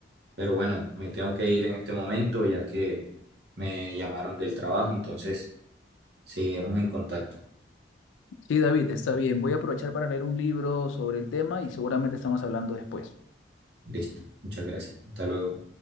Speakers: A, on the right; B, on the left.
A: Pero bueno, me tengo que ir en este momento ya que me llamaron del trabajo, entonces seguimos en contacto.
B: Sí, David, está bien. Voy a aprovechar para leer un libro sobre el tema y seguramente estamos hablando después.
A: Listo, muchas gracias. Hasta luego.